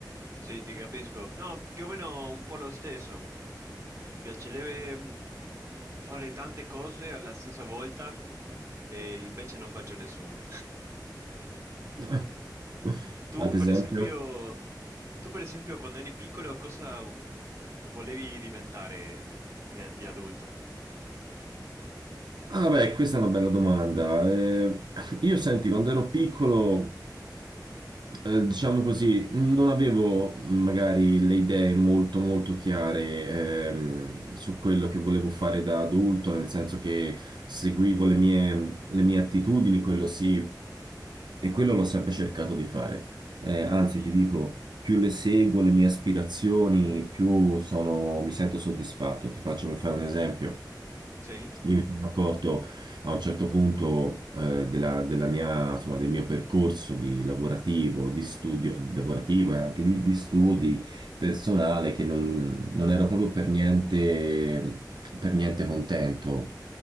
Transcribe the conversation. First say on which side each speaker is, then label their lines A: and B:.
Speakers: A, on the right (about 35°); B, on the right (about 75°).
A: sì, ti capisco. No, più o meno un po' lo stesso. Mi piacerebbe mm, fare tante cose alla stessa volta e invece non faccio nessuna.
B: <laughs>
A: Tu,
B: Ad
A: per
B: esempio?
A: esempio, tu, per esempio, quando eri piccolo, cosa volevi diventare in- di adulto?
B: Ah beh, questa è una bella domanda. Eh, io senti, quando ero piccolo... Eh, diciamo così, non avevo mh, magari le idee molto molto chiare ehm, su quello che volevo fare da adulto, nel senso che seguivo le mie, le mie attitudini, quello sì, e quello l'ho sempre cercato di fare. Eh, anzi,
A: Mm,
B: ti dico, più le seguo, le mie aspirazioni, più sono, mi sento soddisfatto. Ti faccio per fare un esempio.
A: sì?
B: Io mi sono accorto a un certo punto eh, della, della mia, insomma, del mio percorso di lavorativo, di studio, lavorativo e anche di, di studi personale che non, non ero proprio per niente, per niente contento